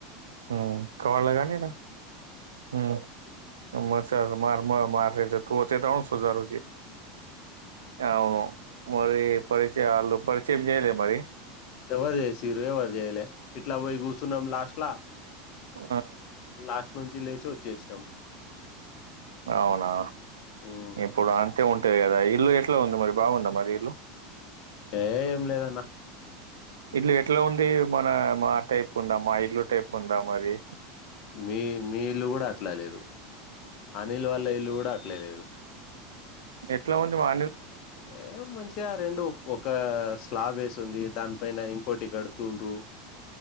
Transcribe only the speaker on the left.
ఎవరు చేసిర్రు ఎవరు చేయలేవు ఇట్లవై కూర్చున్నాం లాస్ట్ లా
లాస్ట్ నుంచి లేచి వచ్చేసినాం
ఉమ్
ఏ ఏం లేదన్న
మీ మీ ఇల్లు కూడా అట్లా లేదు అనిల్ వాళ్ళ ఇల్లు కూడా అట్లా లేదు
ఏ మంచిగా రెండు ఒక స్లాబ్ వేసింది దాని పైన ఇంకోటి కడుతుండ్రు